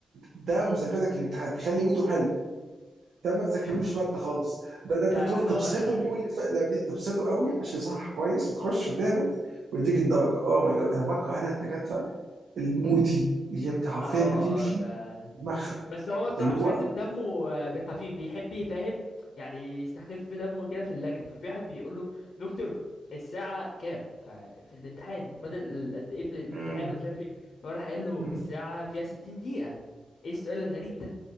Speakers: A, on the right; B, on the left.
A: ده مذاكرتك للامتحان تخلي موده حلو ده ما تذاكرلوش
B: <laughs>
A: ماده خالص ده ده انت
B: ده
A: تروح تبسطه
B: هو ده
A: اليوم اللي فات اللي قبليه تبسطه قوي عشان يصحح كويس وتخش وتهبط ويديك الدرجه اوه ماي جاد انا بكره انا الدكاتره المودي اللي بتاع حرفيا
B: اه
A: بتمشي
B: ده
A: دماغها
B: بس هو الصراحه
A: اللي
B: مش
A: هو
B: هكدب دمه آه، خفيف بيحب يفهم يعني يستخف دمه كده في اللجنه ففي واحد بيقول له دكتور الساعه كام ففي الامتحان فاضل ال- قد ايه في الامتحان
A: مم،
B: ومش عارف ايه فهو راح قايل له
A: مم.
B: الساعه فيها 60 دقيقه ايه السؤال الغريب ده